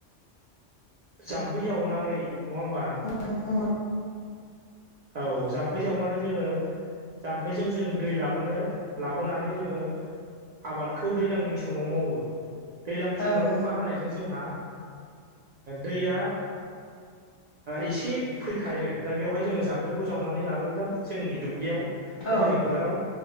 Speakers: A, on the right; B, on the left.
A: जाम्फै जावनानै नङा होमबा
B: <unintelligible>
A: औ जाम्फै जावनानै जोङो जाम्फैजों जों दै लाबोनो लाबोनानै जोङो आबादखौ दैज्लांनि समाव मावो दैज्लां समाव
B: औ औ
A: अखा हानायजों जोंहा दैया एसे फैखायो दा बेवहाय जोङो जाम ओंख्रिखौ जावनानै लाबोब्लानो जोंनि दुब्लियाव बा
B: औ
A: जोंनि फोथाराव